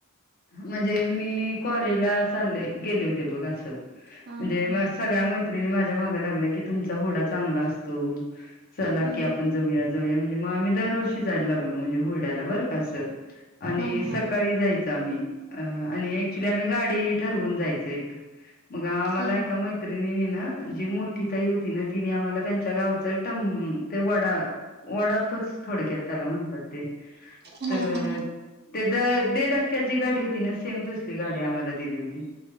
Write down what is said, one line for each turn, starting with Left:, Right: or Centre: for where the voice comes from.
Left: म्हणजे मी कॉलेजला चालले गेले होते बघ असं
Right: हा
Left: म्हणजे
Right: हा
Left: त्या मैत्र माझ्या माग लागल्या की तुमचा होडा चांगला असतो चला
Right: हा हा.
Left: की आपण जाऊया जाऊया म्हणजे मग आम्ही दरवर्षी जायला लागलो म्हणजे होरड्याला बरं कासं आणि
Right: हा हा
Left: सकाळी जायचं आम्ही आणि क्च्युली आम्ही गाडी ठरवून जायच एक मग आम्हाला
Right: हा
Left: ए माहि जी मोठी ताई होती ना तिने आम्हाला त्यांच्या गावच ट ते वडा वडापच थोडक्यात त्याला म्हणतात ते
Right: हा
Left: तर
Right: हा हा
Left: ते द दे क्क्या जी गाडी होती ना सेम तसली गाडी आम्हाला दिली होती